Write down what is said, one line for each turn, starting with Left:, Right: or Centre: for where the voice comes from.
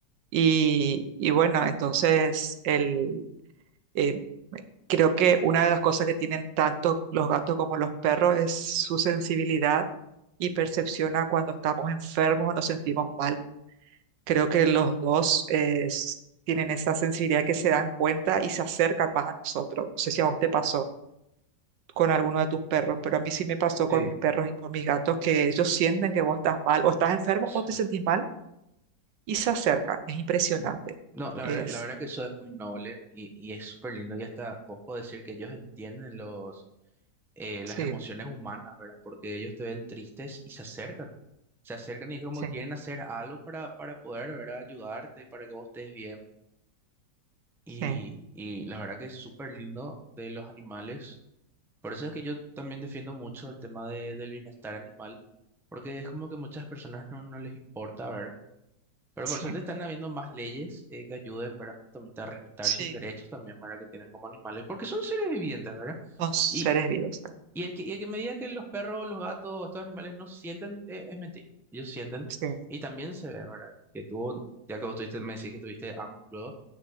Right: Y, y bueno, entonces el, eh, creo que una de las cosas que tienen tanto los gatos como los perros es su sensibilidad y percepciona cuando estamos enfermos o nos sentimos mal. Creo que los dos eh, s- tienen esa sensibilidad que se dan cuenta y se acercan más a nosotros. No sé si a vos te pasó con alguno de tus perros, pero a mí sí me pasó
Centre: Sí.
Right: con mis perros y con mis gatos que ellos sienten que vos estás mal o estás enfermo
Centre: sí.
Right: o te sentís mal y se acercan. Es impresionante.
Centre: No, la
Right: Es,
Centre: verdad, la verdad que eso es muy noble y, y es súper lindo. Y hasta vos podés decir que ellos entienden los, eh, las
Right: sí,
Centre: emociones humanas, ¿verdad? Porque ellos te ven tristes y se acercan. Se acercan y es como
Right: sí,
Centre: que quieren hacer algo para, para poder, ¿verdad? Ayudarte, para que vos estés bien. Y,
Right: sí,
Centre: y la verdad que es súper lindo de los animales. Por eso es que yo también defiendo mucho el tema de, del bienestar animal, porque es como que muchas personas no, no les importa, ¿verdad? Pero
Right: sí,
Centre: por suerte están habiendo más leyes eh, que ayuden, ¿verdad? Justamente a respetar
Right: sí.
Centre: sus derechos también, ¿verdad? Que tienen como animales, porque son seres vivientes, ¿verdad?
Right: Son seres
Centre: Y,
Right: vivos.
Centre: y, el que, y el que me diga que los perros, los gatos, estos animales no sienten, eh, es mentira. Ellos sienten
Right: Sí,
Centre: y también se ve, ¿verdad? Que tú, ya que vos tuviste, me decís que tuviste ambos luego